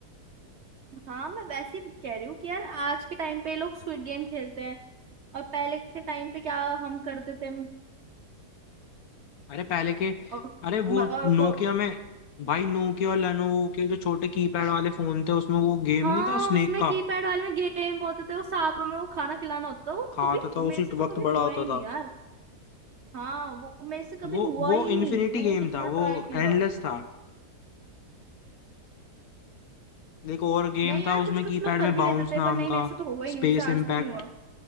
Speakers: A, on the right; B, on the left.
A: हाँ मैं वैसे ही कह रही हूँ कि यार आज के टाइम पे लोग स्क्विड गेम खेलते हैं और पहले के टाइम पे क्या हम करते थे
B: अरे पहले के
A: और,
B: अरे वो
A: और
B: नोकिया
A: वो
B: में भाई नोकिया और लेनोवो के जो छोटे कीपैड वाले फोन थे उसमें वो गेम
A: हाँ
B: नहीं था स्नेक
A: उसमें
B: का
A: कीपैड वाले में गेम होते थे वो सांप में वो खाना खिलाना होता था वो
B: खाता
A: कभी
B: था
A: मेरे
B: उसी
A: से तो
B: वक्त
A: कभी
B: बड़ा
A: हुआ
B: होता
A: ही नहीं
B: था
A: यार हाँ वो मेरे से कभी
B: वो
A: हुआ
B: वो
A: ही नहीं
B: इन्फिनिटी
A: मैंने
B: गेम
A: कितना
B: था वो
A: ट्राई किया
B: एंडलेस था एक और गेम
A: नहीं
B: था
A: यार
B: उसमें
A: कुछ कुछ
B: कीपैड
A: लोग कर
B: में
A: भी
B: बाउंस
A: लेते थे
B: नाम
A: पर नहीं मेरे
B: का
A: से तो हुआ ही
B: स्पेस
A: नहीं मेरे से आज
B: इम्पैक्ट
A: तक नहीं हुआ